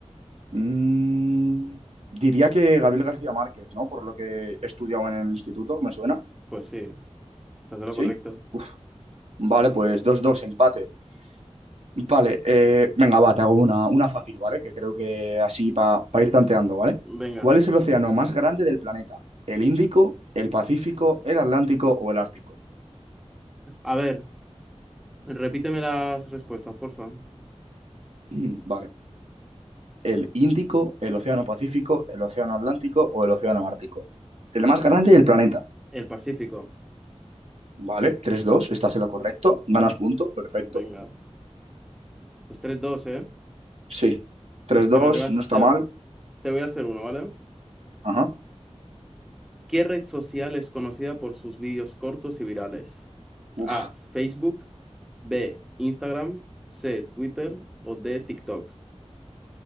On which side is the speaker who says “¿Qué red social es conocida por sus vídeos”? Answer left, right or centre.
Centre